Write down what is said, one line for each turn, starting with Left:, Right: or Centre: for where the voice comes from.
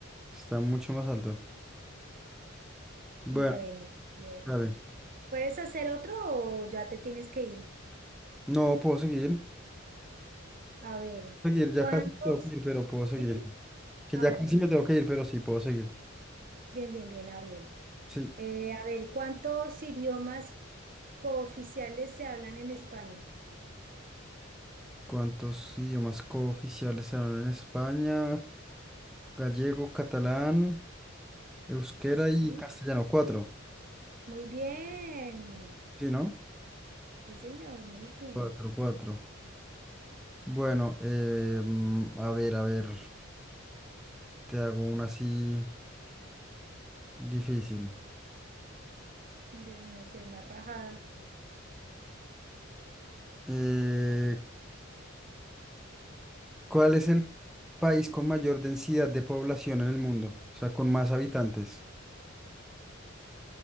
Centre: está mucho más alto. Bueno,
Right: Bueno, bien.
Centre: vale.
Right: ¿Puedes hacer otro o ya te tienes que ir?
Centre: No, puedo seguir.
Right: A ver,
Centre: Seguir, ya
Right: ¿cuántos?
Centre: casi me tengo que ir, pero puedo seguir.
Right: Dime.
Centre: Que
Right: Ah,
Centre: ya
Right: bueno.
Centre: casi me tengo que ir, pero sí, puedo seguir.
Right: Bien, bien, bien. Ah, bien.
Centre: Sí.
Right: Eh, a ver, ¿cuántos idiomas cooficiales se hablan en España?
Centre: ¿Cuántos idiomas cooficiales se hablan en España? Gallego, catalán, euskera
Right: Sí.
Centre: y castellano. Cuatro.
Right: Muy bien.
Centre: Sí, ¿no?
Right: Sí, señor, muy bien.
Centre: Cuatro, cuatro. Bueno, eh, mm, a ver, a ver, te hago una así difícil.
Right: Dios mío, soy más rajada.
Centre: Eh, ¿cuál es el país con mayor densidad de población en el mundo? O sea, con más habitantes.